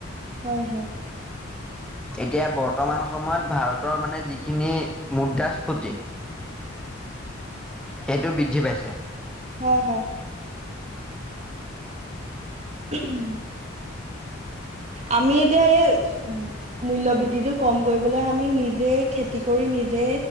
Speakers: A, on the right; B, in the centre.
A: হয় হয়
B: এতিয়া বৰ্তমান সময়ত ভাৰতৰ মানে যি খিনি মুদ্ৰাস্ফুটি সেইটো বৃদ্ধি পাইছে
A: হয় হয় উম আমি এতিয়া এই মূল্য় বৃদ্ধিটো কম কৰিবলৈ আমি নিজে খেতি কৰি নিজে